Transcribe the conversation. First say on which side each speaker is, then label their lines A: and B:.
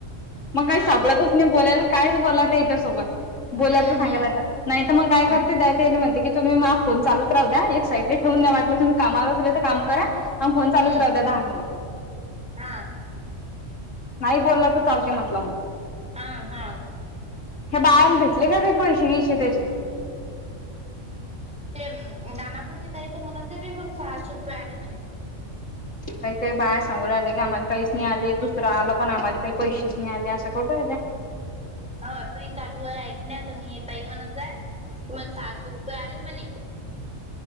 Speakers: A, on the left; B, in the centre.
A: मग
B: हा
A: काही सापडतच नाही बोलायला कायच बोला ते याच्यासोबत
B: हम्म
A: बोयचं सांगायलाय
B: हम्म
A: का नाही तर मग काय
B: हम्म
A: करते त्या ते म्हणते की तुम्हीग फो चालूच राह द्या एक साईडले ठेवून द्या वाटलं तुम्ही कामा अस तर काम करा हा फोन चालच
B: हम्म
A: राहत दहा मििट
B: हा
A: नाही बोललं तर चालते म्हटलं मग
B: हा हा
A: हे बाहेला भेटले का काही पैसे घैसे त्याचे
B: ते दानापुरची ताई तर म्हणात म सहाशे रुपये आले म्हणत.
A: काही काही बाहेर सांगून राहिले की आम्हाला काहीच नाही आले दुसरं आलं पण आम्हा काही पैसेच नाही आले असं करू राहिल्या.
B: हो असं ह चालू आहे ऐकण्यात आणि हे ताई म्हणत जाय क मग सहाशे रुपये आले म्हणे.